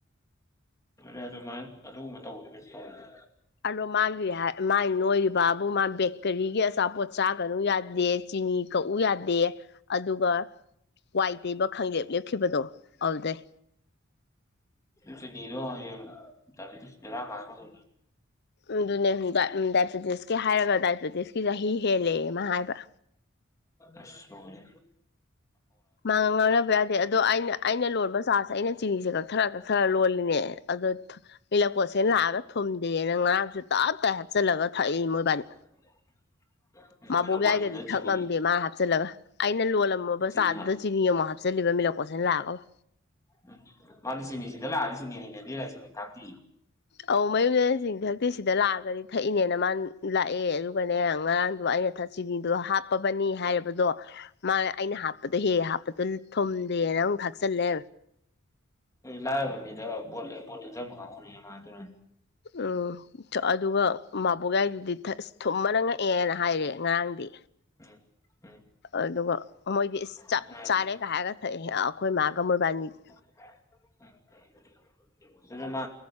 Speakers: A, on the left; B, on the left.
A: ꯑꯗꯨ ꯑꯗꯨꯃꯥꯏꯅ ꯑꯗꯨꯒꯨꯝꯕ ꯇꯧꯕꯗ ꯀꯩꯁꯨ ꯇꯧꯔꯁꯦ
B: ꯑꯗꯣ ꯃꯥꯒꯤ ꯃꯥꯒꯤ ꯅꯣꯏꯔꯤꯕ ꯕꯥꯕꯨ ꯃꯥ ꯕꯦꯀꯔꯤꯒꯤ ꯑꯆꯥꯄꯣꯠ ꯆꯥꯒꯅꯨ ꯌꯥꯗꯦ ꯆꯤꯅꯤ ꯀꯛꯎ ꯌꯥꯗꯦ ꯑꯗꯨꯒ ꯋꯥꯏ ꯇꯩꯕ ꯈꯪꯂꯦꯞ ꯂꯦꯞꯈꯤꯕꯗꯣ ꯑꯗꯨꯖꯩ
A: ꯁꯨ ꯔꯣ ꯍꯥꯏꯔ ꯀꯥꯗꯣ
B: ꯑꯗꯨꯅ ꯍꯥꯏ ꯗꯥꯏꯕꯦꯇꯤꯁꯀꯤ ꯍꯥꯏꯔꯒ ꯗꯥꯏꯕꯦꯇꯤꯁꯀꯤ ꯆꯍꯤ ꯍꯦꯜꯂꯛꯦ ꯑꯃ ꯍꯥꯏꯕ
A: ꯑꯁꯣꯅꯤ
B: ꯃꯥꯡꯉ ꯉꯥꯡꯅꯕ ꯌꯥꯗꯦ ꯑꯗꯣ ꯑꯩꯅ ꯑꯩꯅ ꯂꯣꯟꯕ ꯆꯥꯔꯥꯁꯦ ꯑꯩꯅ ꯆꯤꯅꯤꯁꯦ ꯀꯛꯊꯔ ꯀꯛꯊꯔ ꯂꯣꯜꯂꯤꯅꯦ ꯑꯗꯣ ꯃꯤꯠꯂꯛꯄꯣꯠꯁꯦꯅ ꯂꯥꯛꯑꯒ ꯊꯨꯝꯗꯦꯅ ꯉꯔꯥꯡꯁꯨ ꯇꯥ ꯇꯞꯇ ꯍ ꯍꯥꯞꯆꯤꯜꯂꯒ ꯊꯛꯏ ꯃꯣꯏꯕꯥꯏꯅꯤ
A: <unintelligible>
B: ꯕꯣꯛ ꯌꯥꯏꯒꯗꯤ
A: ꯆꯤꯅꯤ
B: ꯊꯛꯂꯝꯝꯗꯦ ꯃꯥ ꯍꯥꯞꯆꯤꯜꯂꯒ ꯑꯩꯅ ꯂꯣꯜꯂꯝꯃꯕ
A: ꯆꯤꯅꯤ
B: ꯆꯥꯗꯨꯗ
A: ꯍꯥꯞ
B: ꯆꯤꯅꯤ ꯑꯃ ꯍꯥꯞꯆꯤꯜꯂꯤꯕ ꯃꯤꯂꯛꯀꯣꯠꯁꯤꯅ ꯂꯥꯛꯑꯒ
A: ꯎꯝ ꯃꯥꯗꯤ ꯁꯤꯅꯤ ꯁꯤꯗꯂ ꯑ ꯑꯗꯨꯗꯤ ꯁꯤꯅꯤ ꯁꯤꯅꯤ ꯀꯥꯇ
B: ꯑꯧ ꯃꯌꯨꯝ ꯃꯟꯁꯤꯡꯁꯤ ꯍꯛꯇꯤ ꯁꯤꯗ ꯂꯥꯛꯑꯒꯗꯤ ꯊꯛꯏꯅꯦꯅ ꯃꯥꯅ ꯂꯥꯛꯑꯦ ꯑꯗꯨꯒꯅꯦ ꯉꯔꯥꯡꯗꯣ ꯑꯩꯅ ꯊ ꯆꯤꯅꯤꯗꯣ ꯍꯥꯞꯄꯕꯅꯤ ꯍꯥꯏꯔꯕꯗꯣ ꯃꯥ ꯑꯩꯅ ꯍꯥꯞꯄꯗꯣ ꯍꯦ ꯍꯥꯞꯄꯗꯣ ꯊꯨꯝꯗꯦꯅ ꯑꯃꯨꯛ ꯊꯥꯛꯆꯜꯂꯦ
A: ꯂꯑꯑꯣꯕꯃꯤꯗꯣ ꯣꯜꯁ ꯈꯥꯎꯅꯤ ꯃꯥ ꯑꯗꯨꯅ
B: ꯎꯝ ꯑꯗꯨꯒ ꯃꯥꯕꯣꯛꯒꯥꯏꯗꯨꯗꯤ ꯑꯁ ꯊꯨꯝꯕꯅ ꯉꯛꯑꯦꯅ ꯍꯥꯏꯔꯦ ꯉꯔꯥꯡꯗꯤ
A: ꯎꯝ ꯎꯝ
B: ꯑꯗꯨꯒ ꯃꯣꯏꯗꯤ
A: ꯑꯗꯨꯅꯦ ꯍꯥꯏꯁꯦ
B: ꯆꯥꯔꯦꯒ ꯍꯥꯏꯔꯒ ꯊꯛꯑꯦ ꯑꯩꯈꯣꯏ ꯃꯥꯒ ꯃꯣꯏꯕꯥꯅꯤꯒꯤ
A: <unintelligible> ꯃꯥ